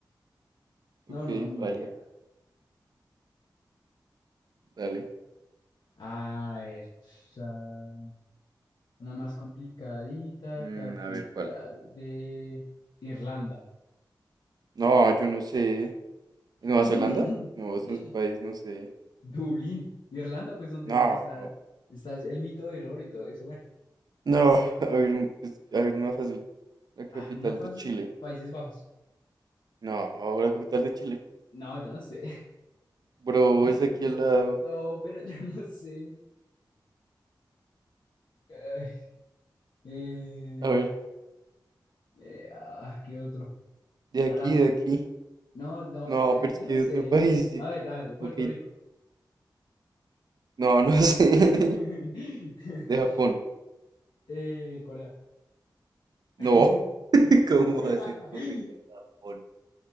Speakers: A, on the left; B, on the right.
A: No,
B: Ok,
A: no, ni
B: baila,
A: idea.
B: dale.
A: A ver, sa- una más complicadita,
B: Mm,
A: capital
B: a ver, ¿cuál?
A: de Irlanda.
B: No, yo no sé. ¿Nueva
A: <laughs>
B: Zelanda? No, eso es un país, no sé.
A: Dublín, Irlanda, pues donde
B: No,
A: está, está el mito del oro y todo eso. Bueno,
B: no, <laughs> a ver, un- es- a ver una fácil. La capital
A: ah, una fácil,
B: de Chile.
A: Países Bajos.
B: No, la capital de Chile.
A: No, yo no sé.
B: Bro,
A: <laughs>
B: es aquí al lado.
A: No, pero yo no sé. Ay, eh,
B: A ver,
A: eh, ah, ¿qué otro?
B: de aquí,
A: Arabia.
B: de aquí.
A: No, no,
B: No,
A: yo de aquí
B: pero es que
A: no
B: de
A: sé.
B: otro país. de-
A: A ver, a ver, Puerto
B: Ok,
A: Rico.
B: no, no <laughs> sé.
A: <laughs>
B: De Japón.
A: Eh, Corea.
B: No,
A: <laughs>
B: <laughs> ¿cómo va a ser con el Japón?